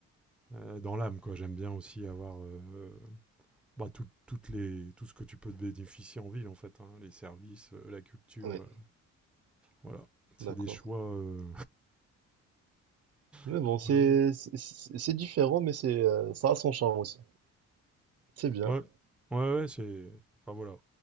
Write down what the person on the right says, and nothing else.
Oui,
d'accord.
Mais
bon, c'est
c'est c'est- c'est différent, mais c'est euh, ça a son charme aussi. C'est bien,